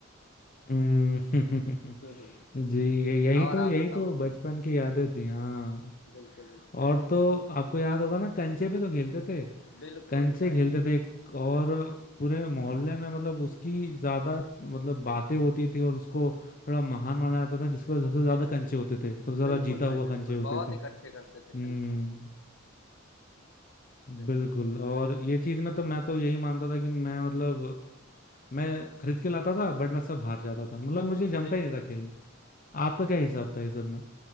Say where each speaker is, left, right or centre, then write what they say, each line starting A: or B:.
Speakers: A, on the left (about 40°); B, on the left (about 60°).
A: हम्म,
B: <laughs> हम्म,
A: <laughs> जी ये- यही
B: और
A: तो
B: आप
A: यही
B: बताओ
A: तो बचपन की यादें थी हाँ
B: बिल्कुल बिल्कुल
A: और तो आपको याद होगा ना कंचे पे तो खेलते थे
B: बिल्कुल
A: कंचे
B: भाई
A: खेलते थे और पूरे मोहल्ले में मतलब उसकी ज्यादा मतलब बातें होती थी और उसको थोड़ा महान माना जाता था जिसके पास सबसे ज्यादा कंचे होते थे सबसे ज्यादा
B: बिल्कुल
A: जीता
B: भाई
A: हुआ
B: बिल्कुल
A: कंचे होते
B: बहुत
A: थे
B: इकट्ठे करते
A: हम्म
B: थे कंचे बिल्कुल
A: बिल्कुल और ये चीज में तो मैं तो यही मानता था कि मैं मतलब मैं खरीद के लाता था बट मैं सब हार जाता था मतलब मुझे
B: अरे
A: जमता ही नहीं था आपका क्या हिसाब था इस सब में